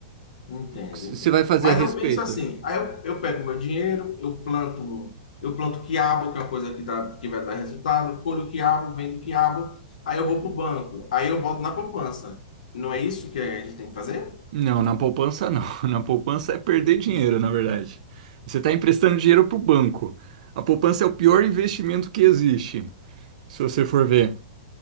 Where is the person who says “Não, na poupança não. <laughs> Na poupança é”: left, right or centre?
Right